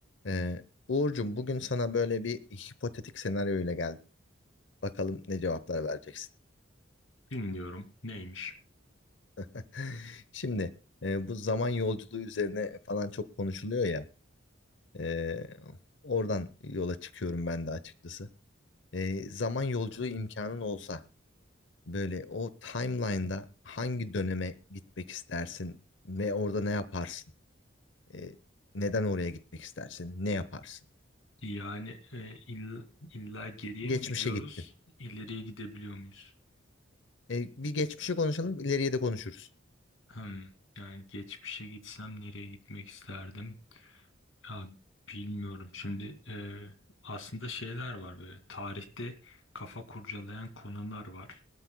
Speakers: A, on the left (about 70°); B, on the left (about 85°).
A: Ee, Uğurcuğum bugün sana böyle bir hipotetik senaryo ile geldim. Bakalım ne cevaplar vereceksin.
B: Dinliyorum. Neymiş?
A: <laughs> Şimdi e, bu zaman yolculuğu üzerine falan çok konuşuluyor ya. e, oradan yola çıkıyorum ben de açıkçası. E, zaman yolculuğu imkanın olsa böyle o timeline'da hangi döneme gitmek istersin ve orada ne yaparsın? E, neden oraya gitmek istersin? Ne yaparsın?
B: Yani e, ill- illa geriye
A: Geçmişe
B: mi gidiyoruz,
A: gittin.
B: ileriye gidebiliyor muyuz?
A: E, bir geçmişi konuşalım, ileriye de konuşuruz.
B: Hmm, yani geçmişe gitsem nereye gitmek isterdim? Ya bilmiyorum. Şimdi e, aslında şeyler var böyle. Tarihte kafa kurcalayan konular var.